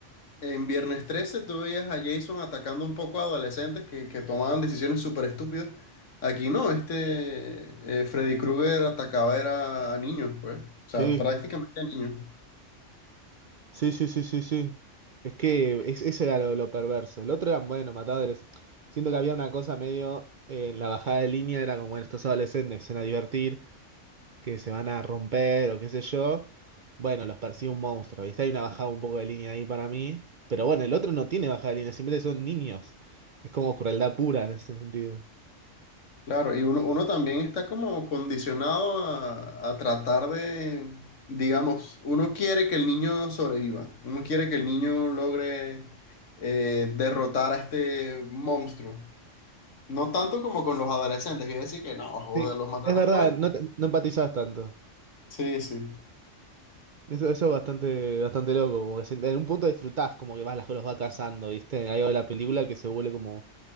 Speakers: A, on the left (about 75°); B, on the right (about 50°).
A: en Viernes 13 tú veías a Jason atacando un poco a adolescentes que, que tomaban decisiones súper estúpidas. Aquí no, este eh, Freddy Krueger atacaba era a niños, pues, o
B: Sí.
A: sea, prácticamente a niños.
B: Sí, sí, sí, sí, sí. Es que es- eso era lo, lo perverso. El otro era, bueno, matadores. Siento que había una cosa medio eh, en la bajada de línea, era como, bueno, estos adolescentes que se van a divertir, que se van a romper o qué sé yo. Bueno, los persigue un monstruo. ¿viste? Hay una bajada un poco de línea ahí para mí. Pero bueno, el otro no tiene bajada de línea, simplemente son niños. Es como crueldad pura en ese sentido.
A: Claro, y uno, uno también está como condicionado a, a tratar de, digamos, uno quiere que el niño sobreviva, uno quiere que el niño logre eh, derrotar a este monstruo. No tanto como con los adolescentes, que decir que no, joder,
B: Sí,
A: los mataron
B: es verdad,
A: por esto.
B: no, te- no empatizás tanto.
A: Sí, sí.
B: Eso, eso es bastante, bastante loco, como que si- en un punto disfrutás, como que vas, las- los va cazando, ¿viste? Hay algo de la película que se vuelve como,